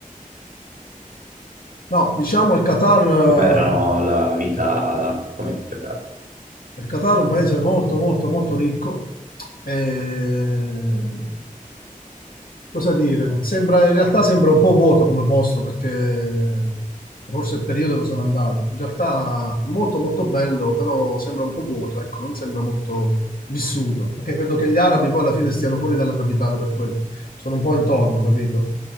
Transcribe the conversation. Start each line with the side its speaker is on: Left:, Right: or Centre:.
Left: No, diciamo il Qatar
Right: Com'erano la vita, come ti sembra?
Left: Il Qatar è un paese molto, molto, molto ricco. E... Cosa dire? Sembra, in realtà sembra un po' vuoto come posto perché forse è il periodo dove sono andato. In realtà è molto, molto bello, però sembra un po' vuoto, ecco, non sembra molto vissuto. Perché credo che gli arabi poi alla fine stiano fuori dalla capitale per quello. Sono un po' intorno, capito?